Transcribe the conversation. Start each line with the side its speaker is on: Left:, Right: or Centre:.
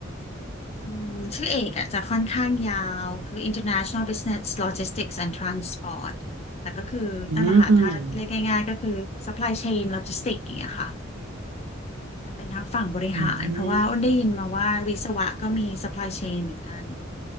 Left: อืมชื่อเอกอ่ะจะค่อนข้างยาวคือ International Business Logistics and Transport แต่ก็คือนั่นแหละค่ะถ้าเรียกง่ายๆก็คือ
Right: อืม
Left: Supply Chain Logistics อย่างเงี้ยค่ะจะเป็นทางฝั่งบริหารเพราะว่าอ้นได้ยินมาว่าวิศวะก็มี
Right: อืม
Left: Supply Chain เหมือนกัน